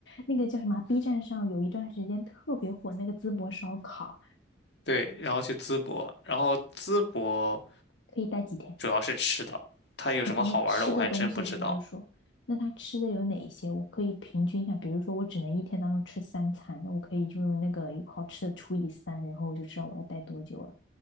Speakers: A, on the left; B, on the left.
A: 那个叫什么啊 b 站上有一段时间特别火那个淄博烧烤，
B: 对，然后去淄博，然后淄博
A: 可以待几天？
B: 主要是吃的，它有什么好玩的我还真不知道。
A: OK，那吃的东西就是说，那他吃的有哪一些？我可以平均一下，比如说我只能一天当中吃三餐，那我可以就用那个有好吃的除以三，然后我就知道我要待多久了。